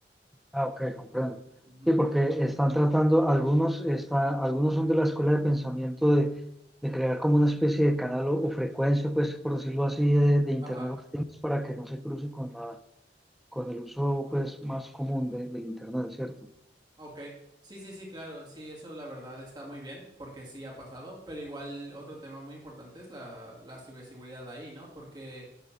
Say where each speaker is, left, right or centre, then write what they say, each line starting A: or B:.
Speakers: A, in the centre; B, on the right (about 25°).
A: Ah, ok,
B: Ujú,
A: comprendo.
B: ujú.
A: Sí, porque están tratando, algunos, está, algunos son de la escuela de pensamiento de, de crear como una especie de canal o, o frecuencia, pues, por decirlo así, de, de Internet
B: Ajá,
A: of Things para que no se cruce con la, con el uso, pues, más común de, del Internet, ¿cierto?
B: ok. Sí, sí, sí, claro. Sí, eso la verdad está muy bien, porque sí ha pasado. Pero igual otro tema muy importante es la, la ciberseguridad ahí, ¿no? Porque